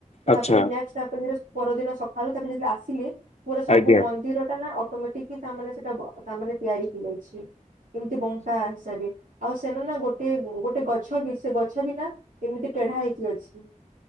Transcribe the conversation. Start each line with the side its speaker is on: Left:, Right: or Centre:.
Left: ଆଚ୍ଛା
Right: ତାପରେ ନେକ୍ସଟ୍ ତାପରେ ତା ପରଦିନ ସକାଳୁ। ତା ପରେ ଯଦି ଆସିଲି ମୋର ସବୁ
Left: ଆଜ୍ଞା
Right: ମନ୍ଦ୍।
Left: ଆଜ୍ଞା
Right: ନ୍ଦିର ଟା ନା ଅଟୋମେଟିକ୍ ତା ମାନେ ସେଟା ତା ମାନେ ତିଆରି ହେଇଯାଇଛି। ଏମିତି ବଙ୍କା ହିସାବେ ଆଉ ସେମାନେ ନା ଗୋଟିଏ ଗୋଟିଏ ଗଛ ବି ସେ ଗଛ ବି ନା। ଏମିତି ତେଢା ହେଇକି ଅଛି।